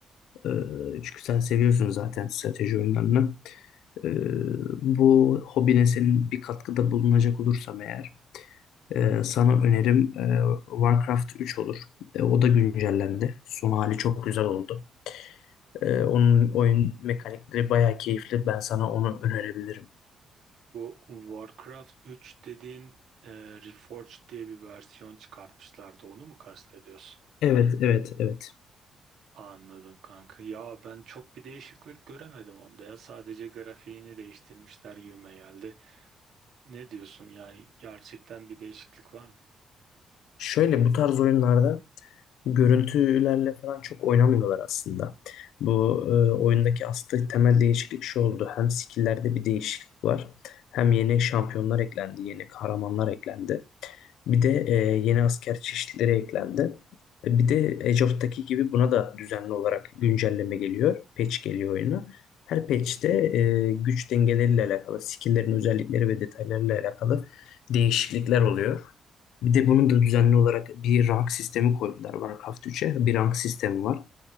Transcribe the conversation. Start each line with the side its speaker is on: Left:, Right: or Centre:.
Left: Ee, çünkü sen seviyorsun zaten strateji oyunlarını. Ee, bu hobine senin bir katkıda bulunacak olursam eğer e, sana önerim e, Warcraft 3 olur. E, o da güncellendi. Son hali çok güzel oldu. E, onun oyun mekanikleri bayağı keyifli. Ben sana onu önerebilirim.
Right: Bu Warcraft 3 dediğin e, Reforged diye bir versiyon çıkartmışlardı. Onu mu kastediyorsun?
Left: Evet, evet, evet.
Right: Anladım kanka. Ya ben çok bir değişiklik göremedim onda ya. Sadece grafiğini değiştirmişler gibime geldi. Ne diyorsun yani gerçekten bir değişiklik var mı?
Left: Şöyle bu tarz oyunlarda görüntülerle falan çok oynamıyorlar aslında. Bu e, oyundaki aslında temel değişiklik şu oldu. Hem skill'lerde bir değişiklik var. Hem yeni şampiyonlar eklendi, yeni kahramanlar eklendi. Bir de e, yeni asker çeşitleri eklendi. E, Bir de Age of'taki gibi buna da düzenli olarak güncelleme geliyor. Patch geliyor oyuna. Her patch'te e, güç dengeleriyle alakalı, skill'lerin özellikleri ve detaylarıyla alakalı değişiklikler oluyor. Bir de bunun da düzenli olarak bir rank sistemi koydular Warcraft 3'e. Bir rank sistemi var.